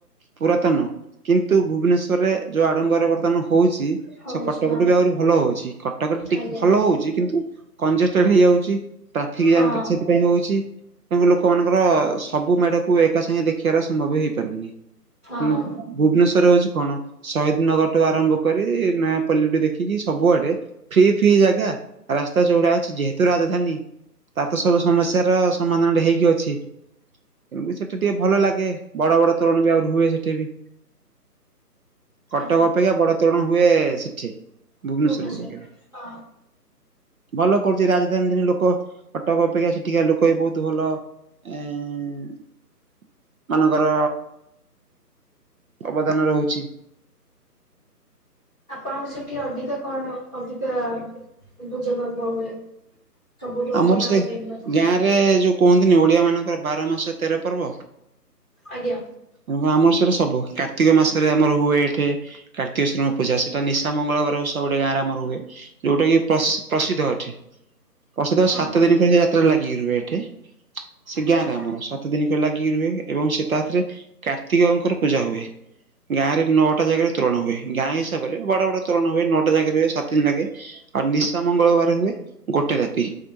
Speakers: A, on the right (about 60°); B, in the centre.
A: ପୁରାତନ କିନ୍ତୁ ଭୁବନେଶ୍ୱର ରେ ଯୋଉ ଆଡ଼ମ୍ବରେ ବର୍ତ୍ତମାନ। ହଉଛି
B: ହଉଛି
A: ସେ କଟକ
B: ହଁ
A: ଠୁ ବି ଆହୁରି ଭଲ ହଉଛି କଟକ ରେ ଟିକେ
B: ଆଜ୍ଞା
A: ଭଲ ହଉଛି କିନ୍ତୁ। କଂଜେଷ୍ଟେଡ ହେଇ ଯାଉଛି ଟ୍ରାଫିକ
B: ହଁ
A: ଜାମ ସେଥିପାଇଁ ହଉଛି ତେଣୁ ଲୋ ଲୋକ ମାନଙ୍କର ସବୁ ମେଢ କୁ ଏକା ସାଙ୍ଗେ ଦେଖିବାର ସମ୍ଭବ ହେଇପାରୁନି କି
B: ହଁ
A: ଭୁବନେଶ୍ଵର ହଉଛି କଣ ଶହୀଦ ନଗରଠୁ ଆରମ୍ଭ କରି ନୟାପଲ୍ଲୀଠୁ ଦେଖିକି ସବୁଆଡେ। ଫ୍ରି ଫ୍ରି ଜାଗା ରାସ୍ତା ଚଉଡା ଅଛି ଯେହେତୁ ରାଜଧାନୀ। ତାର ତ ସବୁ ସମସ୍ୟାର ସମାଧାନ ଟେ ହେଇକି ଅ ଅଛି ତଣୁ କିରି ସେଠି ଟିକେ ଭଲ ଲାଗେ ବଡ ବଡ ତୋରଣ ବି ଆହୁରି ହୁଏ ସେଠି ବି। କଟକ
B: ଆଜ୍ଞା
A: ଅପେକ୍ଷା ବଡ ତୋରଣ ହୁଏ ସେଠି। ଭୁବନେଶ୍ୱର
B: ଭୂବନେଶ୍ଵର
A: ଗୁଡାକରେ
B: ରେ ହଁ।
A: ଭଲ କରୁଛି ରାଜଧାନୀ ଧୀନି ଲୋକ କଟକ ଅପେକ୍ଷା ସେଠିକା ଲୋକ ବି ବହୁତ ଭଲ। ଏଁ। ମାନଙ୍କର ଅବଦାନ ରହୁଛି।
B: ଆପଣଙ୍କ ସେଠି ଅଧିକା କଣ ଅଧିକା ପୂଜା ପର୍ବ ହୁଏ। ସବୁଠୁ
A: ଆମର
B: ଯୋଉଟା
A: ସେଇ
B: ଫେମସ୍
A: ଗାଁ ରେ ଯୋଉ କୁହନ୍ତିନି ଓଡିଆ ମାନଙ୍କର ବାର ମାସ ତେର ପର୍ବ।
B: ଆଜ୍ଞା।
A: ହଁ ଆମର ସିଆଡେ ସବୁ କାର୍ତ୍ତିକ ମାସରେ ଆମର ହୁଏ ଏଠେ। କାର୍ତିକେଶ୍ଵର ଙ୍କ ପୂଜା ସେଟା ନିଶା ମଙ୍ଗଳବାର ଓଷା ଗୋଟେ ଗାଁରେ ଆମର ହୁଏ। ଯୋଉଟା କି ପ୍ରସ ପ୍ରସିଦ୍ଧ ଏଠେ। ପ୍ରସିଧ୍ୟ ସାତ
B: ଓହୋ
A: ଦିନ ପାଇଁ ସେ ଯାତ୍ରା ଲାଗିକି ରୁହେ ଏଠେ ସେ
B: ଆଚ୍ଛା
A: ଗାଁରେ
B: ଆଚ୍ଛା
A: ଆମର ସା ସାତ ଦିନି ଯାକ ଲାଗିକି ରୁହେ ଏବଂ ସେ ତା ଥେରେ କାର୍ତ୍ତିକ ଙ୍କର ପୂଜା ହୁଏ। ଗାଁରେ ନଅଟା ଜାଗାରେ ତୋରଣ ହୁଏ। ଗାଁ ହିସାବରେ ବଡ ବଡ ତୋରଣ ହୁଏ ନଅଟା ଜାଗାରେ ହୁଏ ସାତ ଦିନ ଲାଗେ। ଆଉ ନିଶା ମଙ୍ଗଳବାର ହୁଏ। ଗୋଟେ ରାତି